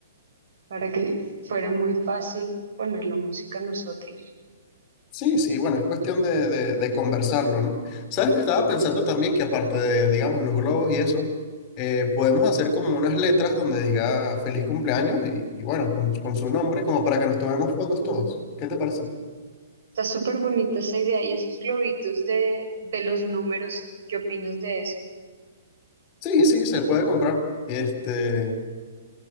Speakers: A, on the right; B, on the left.
A: para que fuera muy fácil poner la música nosotros.
B: Sí, sí, bueno, es cuestión de, de- de conversarlo, ¿no? Sabes que estaba pensando también que aparte de, digamos, los globos y eso, eh, podemos hacer como unas letras donde diga feliz cumpleaños y, y bueno, con, con su nombre, como para que nos tomemos fotos
A: Mm,
B: todos. ¿Qué te parece?
A: Está súper bonita esa idea. Y esos globitos de, de los números, ¿qué opinas de eso?
B: Sí, sí, se puede comprar. Este,